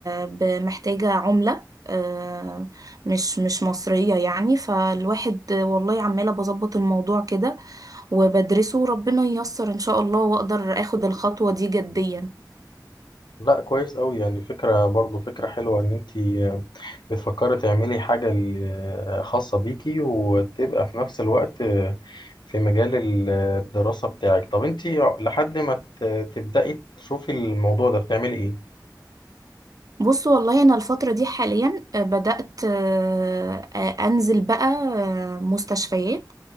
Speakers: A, on the right (about 55°); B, on the left (about 80°).
A: ب- محتاجة عملة آه، مش مش مصرية يعني فالواحد آه، والله عمالة بظبط الموضوع كده وبدرسه وربنا ييسر ان شاء الله واقدر اخد الخطوة دي جديا
B: لا كويس قوي يعني فكرة برضو فكرة حلوة ان انتي آه، بتفكري تعملي حاجة ل- آه، خاصة بيكي وتبقى في نفس الوقت آه، في مجال ال- آه، الدراسة بتاعك طب انتي لحد ما ت- تبدأي تشوفي الموضوع ده بتعملي ايه
A: بص والله انا الفترة دي حاليا آه، بدأت آه، آه، انزل بقى آه، مستشفيات